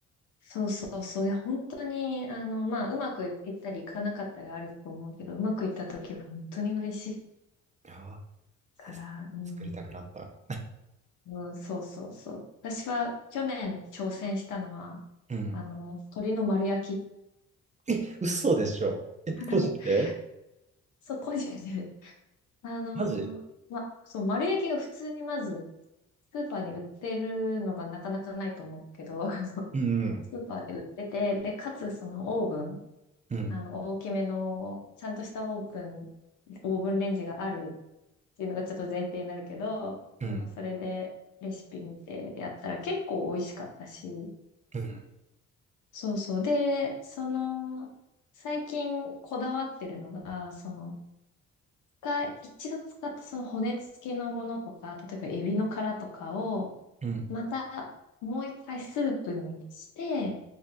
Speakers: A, on the left; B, on the right.
A: そうそうそう。いや、本当に、あの、まあ、うまくいったりいかなかったりあると思うけど、うまくいった時は本当に嬉しい
B: ああ、
A: から、
B: え
A: うん。
B: 作りたくなった。
A: うん、そうそうそう。私は去年挑戦したのは、
B: うん。
A: あの、鶏の丸焼き。
B: え、嘘でしょ。え、
A: <laughs>
B: 個人で
A: そこでね、<laughs> あの、
B: マジ
A: ま、そう、丸焼きが普通にまず、スーパーに売ってるのがなかなかないと思うけど、<laughs>
B: うん
A: スーパーで売ってて、で、かつそのオーブン、
B: うん。うん。
A: あの、大きめの、ちゃんとしたオーブン、オーブンレンジがあるっていうのがちょっと前提になるけど、
B: うん。
A: 今それでレシピ見てやったら結構美味しかったし、
B: うん
A: そうそう。で、その、最近こだわってるのが、その、使い一度使ったその骨付きのものとか、例えばエビの殻とかを、
B: うん。
A: またもう一回スープにして、